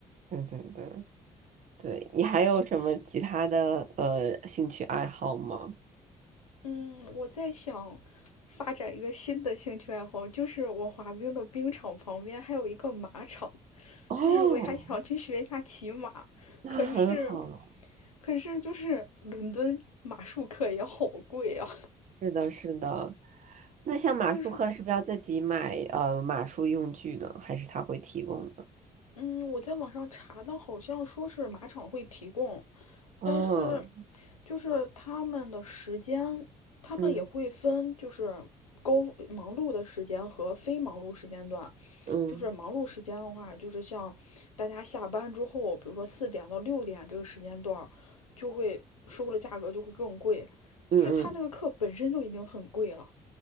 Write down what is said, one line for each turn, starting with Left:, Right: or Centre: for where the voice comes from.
Right: 对对对对，你还有什么其他的呃兴趣爱好吗？
Left: 嗯，我在想发展一个新的兴趣爱好，就是我滑冰的冰场旁边还有一个马场，
Right: 哦，
Left: 就是我也还想去学一下骑马，
Right: 那很好了。
Left: 可是，可是就是伦敦马术课也好贵啊，
Right: 是的，是的。那像马术课是不是要自己买呃马术用具呢？
Left: 就是
Right: 还是他会提供的？
Left: 嗯，我在网上查的，好像说是马场会提供，
Right: 嗯，
Left: 但是就是他们的时间，他们也会分就是高忙碌的时间和非忙碌时间段。
Right: 嗯嗯
Left: 就是忙碌时间的话，就是像大家下班之后，比如说四点到六点这个时间段就会收的价格就会更贵。
Right: 嗯嗯
Left: 就是他那个课本身都已经很贵了，